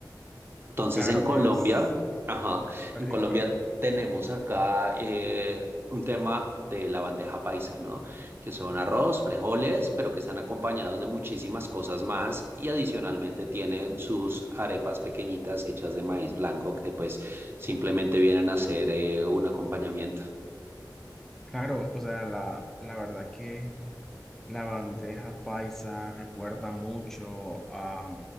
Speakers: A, on the right; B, in the centre.
A: Entonces
B: claro,
A: en Colombia,
B: es
A: ajá,
B: rica.
A: en Colombia tenemos acá eh, un tema de la bandeja paisa, ¿no? Que son arroz, frijoles, pero que están acompañados de muchísimas cosas más y adicionalmente tienen sus arepas pequeñitas hechas de maíz blanco que pues simplemente vienen a ser eh, un acompañamiento.
B: Claro, o sea, la, la verdad que la bandeja paisa recuerda mucho a,